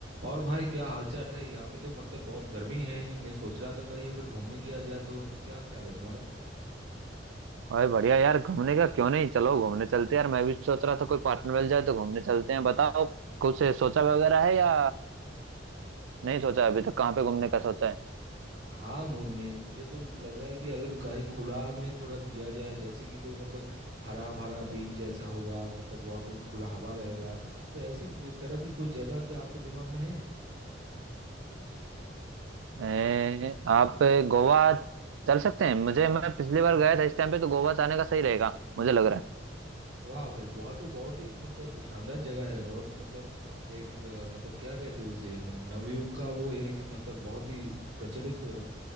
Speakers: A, on the right (about 70°); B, on the right (about 85°).
A: और भाई क्या हालचाल है यहाँ पे तो मतलब बहुत गर्मी है मैं सोच रहा था कहीं अगर घूमने गया जाए तो क्या ख्याल है तुम्हारा
B: भाई बढ़िया यार घूमने का क्यों नहीं चलो घूमने चलते हैं यार मैं भी सोच रहा था कोई पार्टनर मिल जाए तो घूमने चलते हैं बताओ कुछ सोचा वगैरह है या नहीं सोचा अभी तक कहाँ पे घूमने का सोचा है
A: हाँ मु- मैं मुझे तो लग रहा है कि अगर कहीं खुला में थोड़ा गया जाए जैसे कि कोई मतलब हरा भरा बीच जैसा होगा मतलब वहाँ पे खुला हवा रहेगा तो ऐसी दे- तरह की कोई जगह क्या आपके दिमाग में है
B: ए, आप गोवा चल सकते हैं मुझे मैं पिछली बार गया था इस टाइम पे तो गोवा जाने का सही रहेगा मुझे लग रहा है
A: वाह भाई गोवा तो बहुत ही एक मतलब शानदार जगह है बहुत मतलब एक अ, मतलब क्या कहते हैं उसे मतलब नवयुग का वो एक मतलब बहुत ही प्रचलित अ,